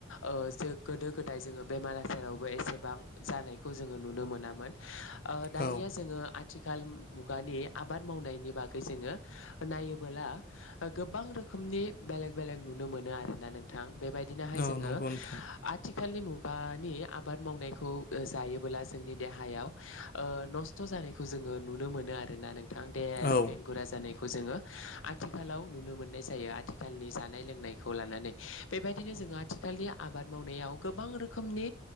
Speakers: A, on the left; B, on the left.
A: ओ गोदो गोदाय जोङो बेमार आजारावबो एसेबां जानायखौ जोङो नुनो मोनामोन। ओ दानिया
B: औ
A: जोङो आथिखाल मुगानि आबाद मावनायनि बागै जोङो नायोबोला ओ गोबां रोखोमनि बेलेग बेलेग नुनो मोनो आरोना नोंथां। बेबायदिनोहाय
B: औ
A: जोङो
B: नंगौ नोंथां
A: आथिखाल आथिखालनि मुगानि आबाद मावनायखौ जायोबोला जोंनि देहायाव ओ नस्थ' जानायखौ जोङो नुनो मोनो आरोना नोंथां। देहायारि
B: औ
A: बेंगुरा जानायखौ जोङो आथिखालाव नुनो मोननाय जायो। आथिखालनि जानाय लोंनायखौ लानानै बेबायदिनो जोङो आथिखालनि आबाद मावनायाव गोबां रोखोमनि